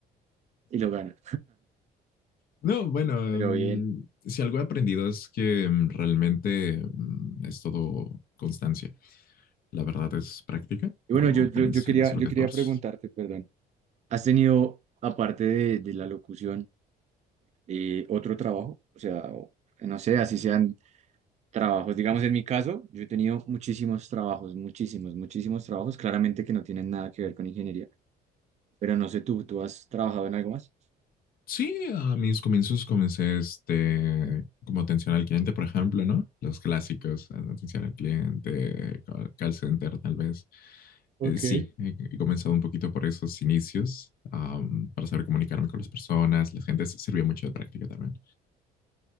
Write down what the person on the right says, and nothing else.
y lo gana,
pero
bien.
Y
bueno, yo, yo,
yo quería,
yo
quería preguntarte, perdón, ¿has tenido, aparte de, de la locución, eh, otro trabajo? O sea, o- no sé, así sean trabajos, digamos, en mi caso, yo he tenido muchísimos trabajos, muchísimos, muchísimos trabajos, claramente que no tienen nada que ver con ingeniería Pero no sé tú, ¿tú has trabajado en algo más?
Ok.